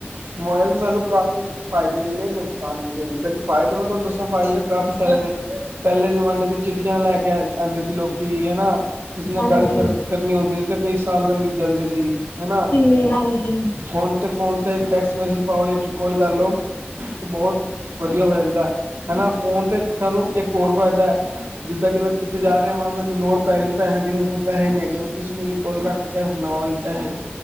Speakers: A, on the right; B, on the left.
A: ਮੋਬਾਇਲ ਦੇ ਸਾਨੂੰ ਕਾਫੀ ਫਾਏਦੇ ਵੀ ਨੇ, ਨੁਕ ਕਲ ਮਿਲੇ ਜਿੱਦਾਂ ਕੀ ਫਾਏਦੇ ਮੈਂ ਤੁਹਾਨੂੰ ਦੱਸਾਂ ਫਾਏਦੇ ਤੇ ਕਾਫੀ ਸਾਰੇ ਨੇ। ਪੈਹਲੇ ਜਮਾਨੇ ਤੇ ਚਿੱਠੀਆਂ ਲੈ ਕੇ ਆ, ਆਂਦੇ ਸੀ ਲੋਕੀ ਹੈਨਾ। ਕਿਸੇ ਨਾਲ
B: ਹਾਂਜੀ,
A: ਗੱਲ ਕਰ, ਕਰਨੀ ਹੁੰਦੀ ਸੀ ਤੇ ਕਈ ਸਾਲ ਵੀਤ ਜਾਂਦੇ ਸੀ। ਹੈਨਾ,
B: ਕਿੰਨੇ ਹਾਂਜੀ,
A: ਹੁਣ ਤੇ ਫੋਨ ਤੇ ਟੈਕਸ ਮੈਸੇਜ ਪਾਓ ਯਾ ਫਿਰ ਕੋਲ ਕਰ ਲਓ, ਤੇ ਬਹੁਤ, ਵਦੀਆ ਹੋ ਜਾਂਦੈ। ਹੈਨਾ, ਫੋਨ ਤੇ ਸਾਨੂੰ ਇੱਕ ਹੋਰ ਫਾਏਦਾ, ਜਿੱਦਾਂ ਕਿ ਮੈਂ ਕਿੱਥੇ ਜਾ ਰੇਆ ਵਾਂ ਮੈਨੂੰ ਲੋੜ ਪੈਰੀ ਪੈਹੇਆਂ ਦੀ ਮੇਰੇ ਕੋਲ ਪੈੇਹੇ ਨੀ ਹੈਗੇ ਮੈਂ ਕਿਸੇ ਨੂੰ ਵੀ ਕੋਲ ਕਰਕੇ ਕੈਅ ਦੇਨਾ ਵਾ ਬੀ ਪੈਹੇ।